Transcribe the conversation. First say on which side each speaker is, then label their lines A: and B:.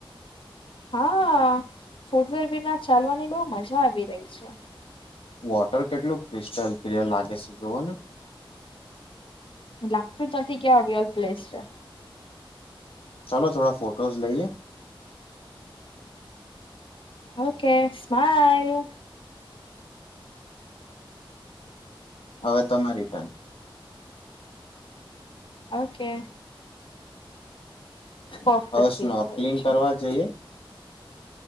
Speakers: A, on the left; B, on the left.
A: હા, ફૂટવેર બી ના ચાલવાની બહુ મજા આવી રહી છે‌.
B: વોટર કેટલું ક્રિસ્ટલ ક્રિયર લાગે છે, જોઓ ને.
A: લાગતું જ નથી કે આ પ્લેસ છે.
B: ચાલો થોડા ફોટોઝ લઈએ.
A: Okay smile.
B: હવે તમામે રિટર્ન.
A: ઓકે. પરફેક્ટલી
B: હ સ્ નકલિંગ
A: થયું છે
B: કરવા જઈએ.